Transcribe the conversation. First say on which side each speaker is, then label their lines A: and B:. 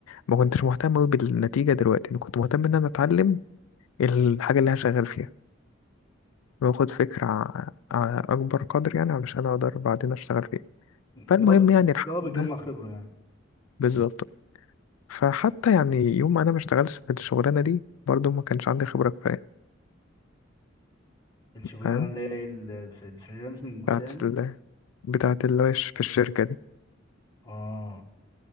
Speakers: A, on the left; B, on the left.
A: ما كنتش مهتم أوي بالنتيجه دلوقتي انا كنت مهتم ان انا اتعلم الحاجه اللي انا شغال فيها واخد فكره ع- على اكبر قدر يعني علشان اقدر بعدين اشتغل فيها فالمهم
B: اللي هو ب-
A: يعني الحمد
B: اللي هو بيجمع
A: لله
B: خبرة يعني
A: بالظبط فحتى يعني يوم ما انا ما اشتغلش في الشغلانه دي برضو ما كانش عندي خبره كفايه
B: الشغلانة
A: فاهم
B: اللي هي ال- في الفريلانسنج وكده
A: بتاعت
B: يعني
A: ال... بتاعت اللي هو في الشركه دي
B: اه